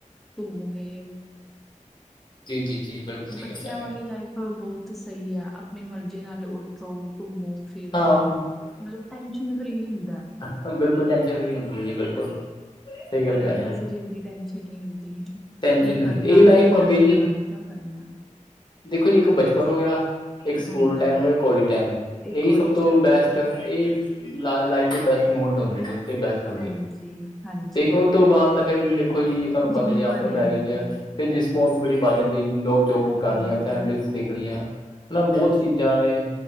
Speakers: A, in the centre; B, on the left.
A: ਧੂਲੇ ਵੇ
B: ਜੀ ਜੀ ਜੀ ਬਿਲਕੁਲ ਸਹੀ
A: ਬੱਚਿਆਂ
B: ਗੱਲ ਕਹਿ ਰਹੇ
A: ਵਾਲੀ
B: ਹੋ
A: ਲਾਈਫ ਬਹੁਤ ਸਹੀ ਆ ਆਪਣੀ ਮਰਜ਼ੀ ਨਾਲ ਉਥੋਂ ਘੁੰਮੋ ਫਿਰ
B: ਹਾਂ
A: ਉਹ ਨਾਲ ਭੈਣ ਜੀ ਇਹੀ ਹੁੰਦਾ
B: ਆਪਾਂ ਬਿਲਕੁਲ ਟੈਸ਼ਨ ਫਰੀ ਹੁੰਦੀ ਹੈ ਜੀ ਬਿਲਕੁਲ ਸਹੀ ਗੱਲ
A: ਇਹਨਾਂ
B: ਕਹਿ
A: ਨੂੰ
B: ਰਹੇ
A: ਕਿਸੇ
B: ਹੋ
A: ਚੀਜ਼ ਦੀ ਟੈਸ਼ਨ ਨਹੀਂ ਹੁੰਦੀ ਕੀ
B: ਟੈਨਸ਼ਨ ਨਹੀਂ
A: ਕਰਨਾ
B: ਹੁੰਦੀ ਇਹੀ ਲਾਈਫ
A: ਕਿੱਦਾਂ
B: ਹੁੰਦੀ
A: ਦਾ
B: ਹੈ
A: ਕਰਨਾ
B: ਜੀ
A: ਕਿਉਂ ਕਰਨਾ
B: ਦੇਖੋ ਜੀ ਇੱਕ ਬਚਪਨ ਹੋ ਗਿਆ ਇਕ ਸਕੂਲ
A: ਹਾਂਜੀ
B: ਟਾਈਮ ਉਹ ਕੋਲਜ ਟਾਈਮ
A: ਇੱਕੋ
B: ਇਹ
A: ਵਾਲੀ
B: ਸਭ
A: ਸਟਾਰਟ
B: ਤੋਂ ਬੈਸਟ ਇਹ ਲਾਈਫ ਦੇ ਬੈਸਟ ਮੂਮੈਂਟ ਹੁੰਦੇ ਨੇ ਬੈਸਟ
A: ਹਾਂਜੀ ਹਾਂਜੀ
B: ਤੇ ਉਸ ਤੋਂ ਬਾਅਦ ਤਾ ਫਿਰ ਦੇਖੋ ਜੀ ਤੁਹਾਨੂੰ ਪਤਾ
A: ਜਿੰਮੇਵਾਰੀ
B: ਆਫਟਰ ਮੈਰਿਜ
A: ਆ ਜਾਂਦੀ ਆ
B: ਤੇ ਰਿਸਪਾਂਸੀ ਬਿਲਿਟੀ ਵੱਧ ਜਾਂਦੀ ਨੋ ਜੋਬ
A: ਹਾਂਜੀ
B: ਕਰਨੀ ਫੈਮਲੀ ਦੇਖਣੀਆਂ ਮਤਲਬ ਬਹੁਤ ਚੀਜ਼ਾਂ ਵੇ